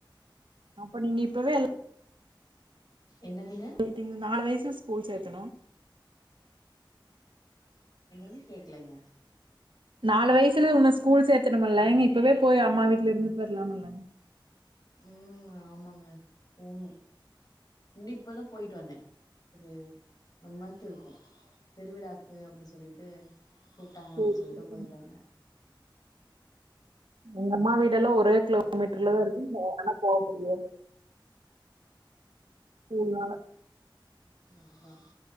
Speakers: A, on the right; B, on the left.
A: அப்ப நீங்க இப்பவே எல்லா
B: என்னதுங்க
A: இதுக்கு நாலு வயசு ஸ்கூல் சேத்தனு
B: என்னது கேக்கலங்க
A: நாலு வயசுல இவன ஸ்கூல் சேகணுமில்லலைங்க இப்பவே போய் அம்மா வீட்டுல இருந்துட்டு வரலாமல்ங்க
B: ம் ஆமாங்க போணும் இப்பதா போயிட்டு வந்தேன் ஒரு ஒன் மந்த்த் இருக்கு பெருவிழாக்கு அப்டி சொல்லிட்டு கூப்ட்டாங்க அப்டி
A: ஓ சேரி
B: சொல்ட்டு
A: சேரி
B: போய்டட்டு வந்த
A: எங்க அம்மா வீடல்லா ஒரே கிலோமீட்டர்லதா இருக்கு ஆனா போ முடியாது இல்ல
B: அதுதா